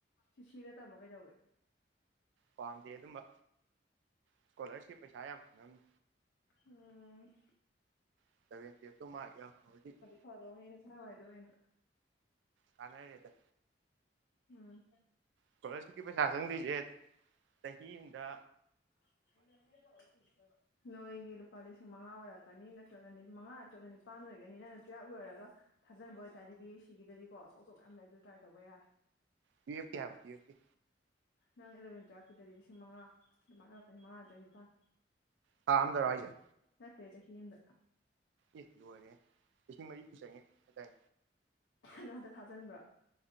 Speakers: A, on the left; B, on the right.
A: ꯁꯤ ꯁꯤꯔ ꯇꯝꯕ ꯀꯩꯗꯧꯋꯤ
B: ꯄꯥꯝꯗꯦ ꯑꯗꯨꯝꯕ ꯏꯁꯀꯣꯂꯔꯁꯤꯞ ꯄꯩꯁꯥ ꯌꯥꯝ ꯐꯪꯅꯕꯅꯤ
A: ꯎꯝ
B: <unintelligible>
A: ꯐꯗꯩꯅꯤ ꯅꯁꯥ ꯅꯨꯡꯉꯥꯏꯗꯨꯏ ꯑ‌ꯣꯏꯅ
B: ꯀꯥꯟꯅꯔ‌ꯦꯗ
A: ꯎꯝ
B: ꯏꯁꯀꯣꯂꯔꯁꯤꯞꯀꯤ ꯄꯩꯁꯥ ꯆꯪꯗ꯭ꯣꯏꯖ‌ꯦ ꯆꯍꯤ ꯑꯃꯝꯗ
A: <unintelligible> ꯅꯣꯏꯒꯤ ꯂꯨꯄꯥ ꯂꯤꯁꯤꯡ ꯃꯉꯥ ꯑꯣꯏꯔꯛꯀꯅꯤ ꯅꯠꯇ꯭ꯔꯒ ꯅꯤ ꯃꯉꯥ ꯅꯠꯇ꯭ꯔꯒ ꯅꯤꯄꯥꯟ ꯑꯣꯏꯒꯅꯤ ꯅꯪꯅ ꯇꯨꯌꯦꯦꯞ ꯂꯣꯏꯔꯒ ꯊꯥꯖꯟꯕ ꯑꯣꯏꯇꯥꯔꯗꯤ ꯕꯤ ꯑꯦ ꯁꯤꯒꯤꯗꯗꯤꯀꯣ ꯑꯆꯧ ꯑꯆꯧ ꯌꯥꯝ ꯂꯩ ꯑꯗꯨ ꯇ꯭ꯔꯥꯏ ꯇꯧꯕ ꯌꯥꯏ
B: ꯇꯨꯌ‌ꯦꯞꯀꯤ ꯍꯥꯏꯕ ꯇꯨꯌ‌ꯦꯞꯀꯤ
A: ꯅꯪ ꯑꯦꯂꯚꯦꯟ ꯇꯨꯌꯦꯜꯞꯀꯤꯗꯗꯤ ꯂꯤꯁꯤꯡ ꯃꯉꯥ ꯑꯗꯨꯃꯥꯏꯅ ꯑ‌ꯣꯏꯔꯛꯀꯅꯤ ꯃꯉꯥ ꯅꯠꯇꯔꯒ ꯅꯤꯄꯥꯜ
B: ꯊꯥ ꯑꯝꯗꯔꯣ ꯍꯥꯏꯖ‌ꯦ
A: ꯅꯠꯇ‌ꯦ ꯆꯍꯤ ꯑꯝꯗ
B: ꯑ‌ꯦ ꯂ‌ꯣꯏꯔ‌ꯦꯍ‌ꯦ ꯂꯤꯁꯤꯡ ꯃꯔꯤ‌ ꯄꯨꯁꯟꯒ‌ꯦ ꯍ
A: ꯅꯪ ꯍꯟꯗꯛ ꯊꯥꯖꯟꯕ꯭ꯔꯥ